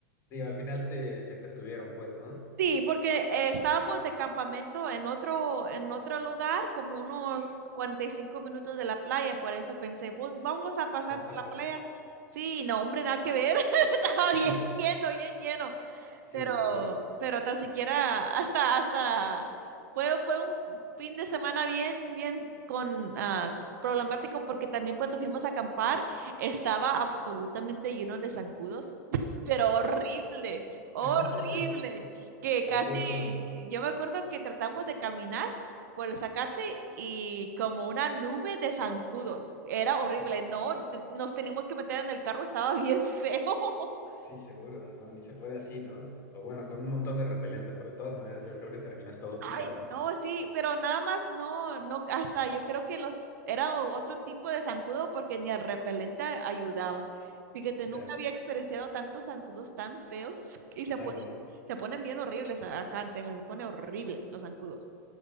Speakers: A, on the left (about 30°); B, on the right (about 75°).
A: Digo, al final se, se entretuvieron, pues, ¿no?
B: Sí, porque eh, estábamos de campamento en otro, en otro lugar, como unos 45 minutos de la playa, por eso pensé, "Bu- vamos a pasar
A: Vamos
B: por
A: a la
B: la
A: playa.
B: playa. Sí, y no, hombre, nada que ver, <laughs> estaba bien
A: <laughs>
B: lleno, bien lleno
A: Sí,
B: pero,
A: seguro.
B: pero tan siquiera hasta, hasta, fue, fue un fin de semana bien, bien con, ah, problemático porque también cuando fuimos a acampar estaba absolutamente lleno de zancudos, <laughs> pero horrible,
A: Dios mío.
B: horrible,
A: <laughs>
B: que
A: Hay
B: casi,
A: que ir con...
B: yo me acuerdo que tratamos de caminar por el zacate y como una nube de zancudos, era horrible,
A: no,
B: no, te- nos teníamos que meter en el carro, estaba bien feo. <laughs>
A: Sí, seguro, ¿no? Ni se puede así, ¿no? O bueno, con un montón de repelente, pero de todas maneras yo creo que terminas todo
B: Ay,
A: picado.
B: no, sí, pero nada más no, no, hasta yo creo que los, era o- otro tipo de zancudo porque ni el repelente a- ayudaba. Fíjate, nunca
A: Ya.
B: había experienciado tantos zancudos tan feos y se
A: Ay,
B: ponen,
A: no.
B: se ponen bien horribles a- acá en Texas, se pone horrible los zancudos.